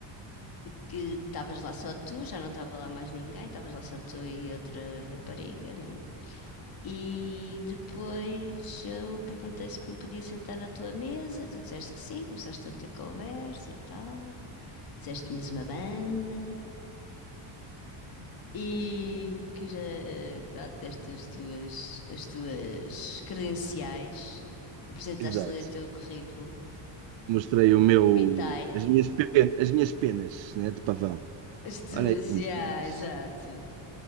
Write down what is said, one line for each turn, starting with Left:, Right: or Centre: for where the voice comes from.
Left: que estavas lá só tu, já não estava lá mais ninguém, estavas lá só tu e outra rapariga, né? E depois eu perguntei se me podia sentar na tua mesa, tu disseste que sim, começaste a ter conversa e tal, disseste que tinhas uma banda e que já, eh, pronto, deste as tuas, as tuas credenciais, apresentaste
Right: Exato.
Left: ali o teu currículo,
Right: Mostrei o meu,
Left: vitae,
Right: as minhas, pe- as minhas penas, né, de pavão.
Left: as tuas,
Right: Olha aí as minhas
Left: já,
Right: penas.
Left: exato.